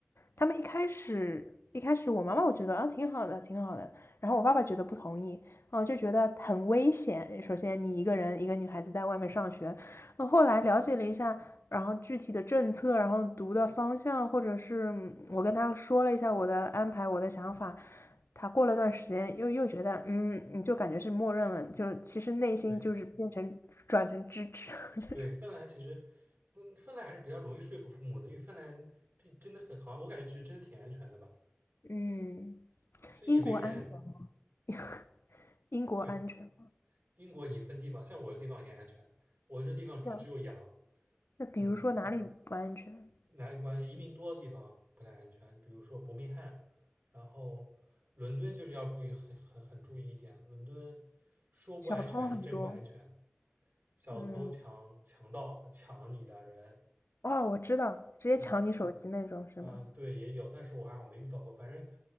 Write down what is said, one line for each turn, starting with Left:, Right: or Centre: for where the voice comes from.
Left: 他们一开始一开始，我妈妈我觉得啊挺好的，挺好的。然后我爸爸觉得不同意，啊就觉得很危险。首先你一个人一个女孩子在外面上学，那后来了解了一下，然后具体的政策，然后读的方向，或者是嗯我跟他说了一下我的安排，我的想法。他过了段时间又又觉得，嗯，你就感觉是默认了，就是其实内心就是变成转成支持
Right: 对
Left: <laughs> 这种。
Right: 对，芬兰其实，嗯，芬兰还是比较容易说服父母的，因为芬兰毕真的很好像我感觉其实真的挺安全的吧，
Left: <laughs> 嗯，
Right: 这也没人。
Left: 英国安全吗，<laughs> 英国安全。
Right: 对，英国你分地方，像我的地方也安全，我这地方只只有羊，
Left: 那那比如说哪里不安全？
Right: 嗯，哪里不安全？移民多的地方不太安全，比如说伯明翰，然后伦敦就是要注意很很很注意一点了，伦敦说不安全是真不安全，
Left: 小偷很多。
Right: 小偷强强盗抢你的人，
Left: 嗯，哦，我知道，直接抢你手机那种是吗？
Right: 嗯啊，呃对，也有，但是我还好没遇到过。反正，反